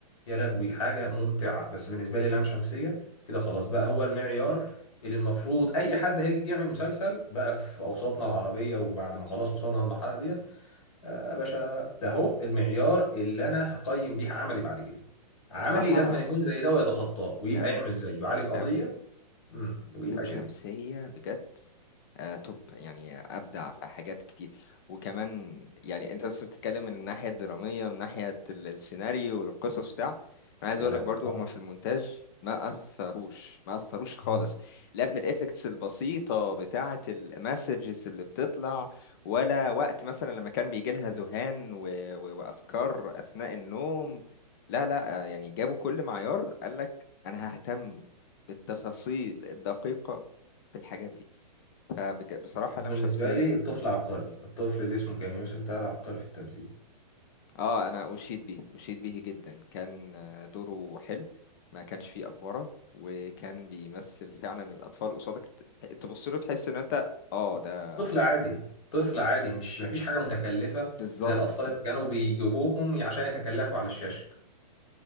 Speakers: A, on the left; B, on the left.
A: يا لهوي حاجة ممتعة بس بالنسبة لي لام شمسية كده خلاص بقى هو المعيار اللي المفروض أي حد هيجي يعمل مسلسل بقى في أوساطنا العربية وبعد ما خلاص وصلنا للمرحلة ديت آه يا باشا ده هو المعيار اللي أنا هقيم بيه عملي بعد كده عملي
B: بصراحة
A: لازم يكون زي ده ويتخطاه ويبقى
B: لم
A: يعمل زيه يعالج
B: لم
A: قضية مم، ويبقى
B: لام شمسية
A: كده
B: بجد آه توب يعني أبدع في حاجات كتير وكمان يعني أنت بس بتتكلم من الناحية الدرامية من ناحية ال- السيناريو والقصص بتاع أنا عايز
A: يا
B: أقول
A: لهوي
B: لك برضو هما في المونتاج ما أثروش ما أثروش خالص
A: آه.
B: لا في الإفكتس البسيطة بتاعة المسجز اللي بتطلع ولا وقت مثلا لما كان بيجي لها ذهان و... و... وأفكار أثناء النوم لا لا آه، يعني جابوا كل معيار قال لك أنا ههتم بالتفاصيل الدقيقة في الحاجات دي فبصراحة
A: بالنسبة
B: لام شمسية
A: لي الطفل عبقري الطفل اللي اسمه كان يوسف ده عبقري في التمثيل
B: اه انا اشيد به اشيد به جدا كان آه، دوره حلو ما كانش فيه افوره وكان بيمثل فعلا الاطفال قصادك ت- تبص له تحس ان انت اه ده
A: طفل عادي طفل عادي مش مفيش حاجة متكلفة
B: بالظبط
A: زي الأطفال اللي كانوا بيجيبوهم عشان يتكلفوا على الشاشة